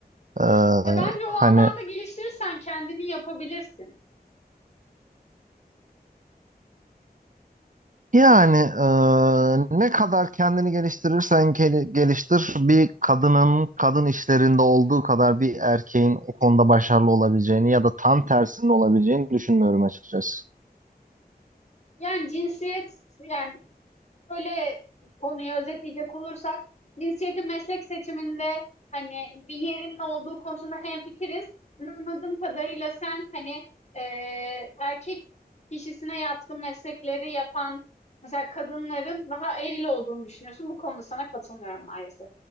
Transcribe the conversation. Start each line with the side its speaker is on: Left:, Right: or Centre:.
Right: E,
Left: Ya bence o
Right: hani
Left: alanda geliştirirsen kendini yapabilirsin.
Right: Yani eee, ne kadar kendini geliştirirsen gel- geliştir bir kadının kadın işlerinde olduğu kadar bir erkeğin o konuda başarılı olabileceğini ya da tam tersinin olabileceğini düşünmüyorum açıkçası.
Left: Yani cinsiyet, yani Böyle konuyu özetleyecek olursak cinsiyetin meslek seçiminde hani bir yerinin olduğu konusunda hemfikiriz. Ama Anladığım kadarıyla sen hani eee, erkek kişisine yatkın meslekleri yapan mesela kadınların daha eril olduğunu düşünüyorsun. Bu konuda sana katılmıyorum maalesef.